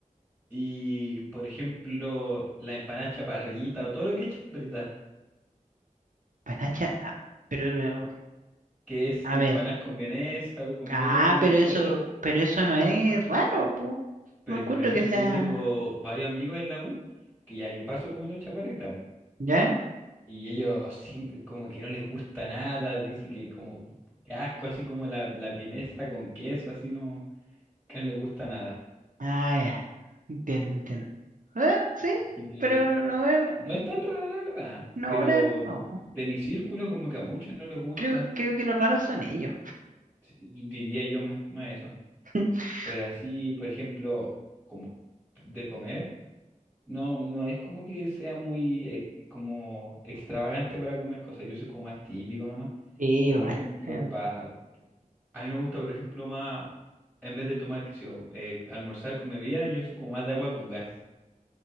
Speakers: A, in the centre; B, on the right (about 75°).
A: Y por ejemplo, la empanada chaparrita o todo lo que es chaparrita,
B: Panacha, ah, pero, eh,
A: que es
B: a
A: empanadas
B: ver.
A: con vienesa o completos
B: Ah,
A: con vienesa.
B: pero eso, pero eso no es raro, po.
A: Pero
B: No encuentro
A: es que, por ejemplo,
B: que sea.
A: yo tengo varios amigos en la U que ya yo paso comiendo chaparrita. po,
B: ¿Ya?
A: Y ellos siempre como que no les gusta nada, dice que como que asco, así como la, la vienesa con queso, así no, que no les gusta nada.
B: Ah, ya. Entiendo, entiendo. Ah, sí,
A: Así que
B: pero
A: pa-
B: no es.
A: no es tan rara la verdad,
B: No,
A: pero
B: ahora no.
A: de mi círculo como que a muchos no les gusta,
B: Creo, creo que los raros son ellos.
A: sí, diría yo más, más eso.
B: <laughs>
A: Pero así, por ejemplo, como de comer, no, no es como que sea muy ex- como extravagante para comer cosas. Yo soy como más típico nomás.
B: Sí,
A: Pero
B: igual.
A: por ejemplo,
B: Eh,
A: pa, a mí me gusta, por ejemplo, más, en vez de tomar, qué sé yo, eh, almorzar con bebida, yo soy como más de agua con gas.